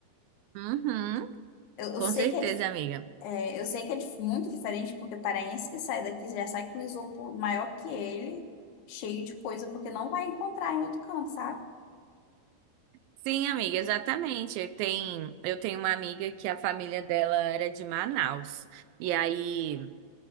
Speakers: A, on the right; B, on the left.
A: Uhum,
B: Eu, eu
A: com
B: sei
A: certeza,
B: que é
A: amiga.
B: É, eu sei que é dif- muito diferente, porque paraense que sai daqui já sai com isopor maior que ele, cheio de coisa, porque não vai encontrar em outro canto, sabe?
A: Sim, amiga, exatamente. Tem, eu tenho uma amiga que a família dela era de Manaus. E aí,